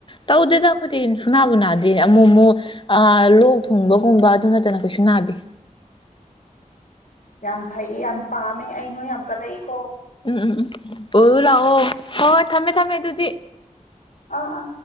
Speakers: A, on the left (about 40°); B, on the left (about 70°).
A: ꯇꯧꯗꯦꯗ ꯑꯩꯈꯣꯏꯗꯤ ꯁꯨꯅꯥꯕꯨ ꯅꯥꯗꯦ ꯑꯃꯨꯛ ꯑꯃꯨꯛ ꯑ ꯂꯣꯛ ꯊꯨꯡꯕꯒꯨꯝꯕ ꯑꯗꯨ ꯅꯠꯇꯅ ꯀꯩꯁꯨ ꯅꯥꯗꯦ
B: ꯌꯥꯝ ꯐꯩ ꯌꯥꯝ ꯄꯥꯝꯃꯦ ꯑꯩ ꯅꯣꯏ ꯌꯥꯝ ꯀꯂꯛꯏꯀꯣ
A: ꯎꯝ ꯎꯝ ꯎꯝ ꯑꯣꯏꯔꫭ ꯂꯥꯛꯑꯣ ꯍꯣꯏ ꯍꯣꯏ ꯊꯝꯃꯦ ꯊꯝꯃꯦ ꯑꯗꯨꯗꯤ
B: ꯑꯥ ꯑꯥ